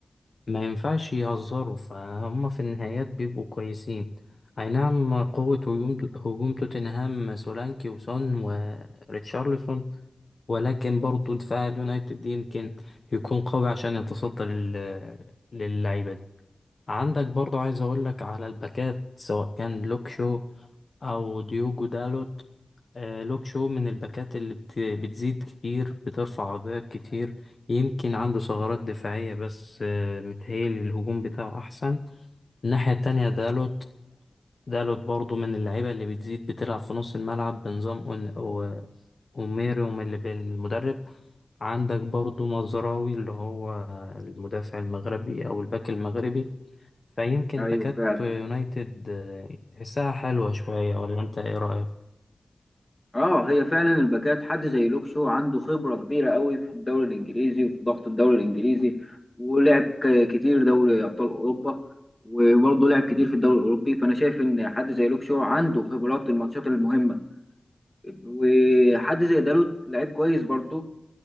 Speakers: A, on the left; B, on the left.
A: ما ينفعش يهزروا فهم في النهايات بيبقوا كويسين أي نعم قوة هجوم هجوم توتنهام سولانكي وسون وريتشارلسون ولكن برضه دفاع اليونايتد يمكن يكون قوي عشان يتصدى لل- للعيبة عندك برضو عايز اقول لك على الباكات سواء كان لوك شو او ديوجو دالوت آه، لوك شو من الباكات اللي بت- بتزيد كتير بترفع عرضيات كتير يمكن عنده ثغرات دفاعية بس آه، متهيألي الهجوم بتاعه أحسن الناحية التانية دالوت دالوت برضو من اللعيبة اللي بتزيد بتلعب في نص الملعب بنظام أون- أو- أوميروم اللي بالمدرب عندك برضو مزراوي اللي هو المدافع المغربي أو الباك المغربي فيمكن
B: ايوه
A: باكات
B: فعلا
A: يونايتد آه، تحسها حلوة شوية ولا أنت إيه رأيك؟
B: اه هي فعلا الباكات حد زي لوكشو عنده خبره كبيره قوي في الدوري الانجليزي وفي ضغط الدوري الانجليزي ولعب ك- كتير دوري ابطال اوروبا وبرضه لعب كتير في الدوري الاوروبي فانا شايف ان حد زي لوكشو عنده خبرات الماتشات المهمه وحد زي دالوت لعيب كويس برضه